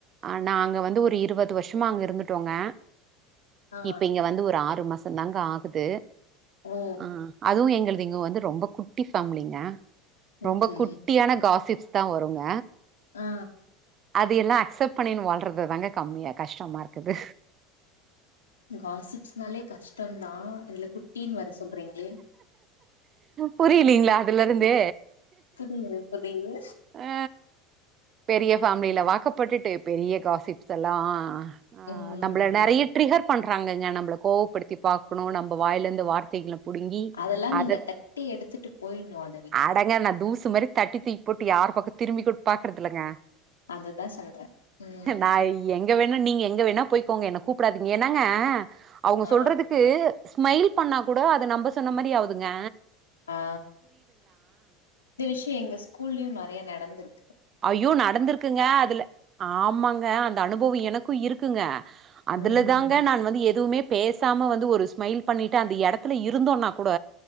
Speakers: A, on the right; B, on the left.
A: ஆ நா அங்க வந்து ஒரு இருபது வருஷமா அங்க இருந்துட்டோங்க
B: ஆ
A: இப்ப இங்க வந்து ஒரு ஆறு மாச ந்தங்க ஆகுது
B: ஓ
A: ஆஹ அதுவு எங்களுது இங்க வந்து ரொம்ப குட்டி ஃபேமலிங்க ரொம்ப
B: ஓகே
A: குட்டியான காசிப்ஸ் தா வருங்க
B: ஆ
A: அது எல்லா அக்செப் பண்ணின்னு வாழ்றதுது தாங்க கம்மியா கஷ்டமா இருக்குது
B: காசிப்ஸ்னாலே கஷ்ட தா இதுல குட்டின்னு வேர சொல்றீங்லே
A: புரிலீங்ளா அதுல இருந்து
B: புரிது புரிது
A: அ பெரிய ஃபேம்லில வாக்கப்பட்டுட்டு பெரிய காசிப்ஸ் எல்லா ஆ ஆ
B: ம்
A: நம்ல
B: ம்
A: நறைய ட்ரிகர் பண்றாங்கக நம்பல கோவப்படுத்தி பாக்கணு நம்ப வாயில இருந்து நறைய வார்த்தைகள புடுங்கி
B: அதெல்லா
A: அத
B: நீங்க தட்டி எடுத்துட்டு போயிட்ணு அத விட்டு
A: அடங்க நா தூசு மாரி தட்டி தூக்கி போட்டு யார் பக்கக திரும்பி கூ பாக்குறதில்லங்க
B: அதுதா சொல்ற ம்
A: நா எங்க வேணா நீங்க எங்க வேணா போய்க்கோங்க என்ன கூப்டாதீங்க ஏன்னாங்க அவுங்க
B: ஆ
A: சொல்றதுக்கு ஸ்மைல் பண்ணா கூட அத நம்ம சொன்ன மாதிரி ஆ ஊதுங்க
B: ஆ இந்த விஷ்சி எங்க ஸ்கூல்லியு நறைய நடந்துருக்கு
A: ஐயோ நடந்துருக்குங்க அதுல ஆமாங்க அந்த அனுபவோ எனக்கு இருக்குங்க அதுல
B: ம்
A: தாங்க நான் வந்து எதுவுமே பேசாம வந்து ஒரு ஸ்மைல் பண்ணிட்டு அந்த யடத்துல இருந்தோன்னா கூட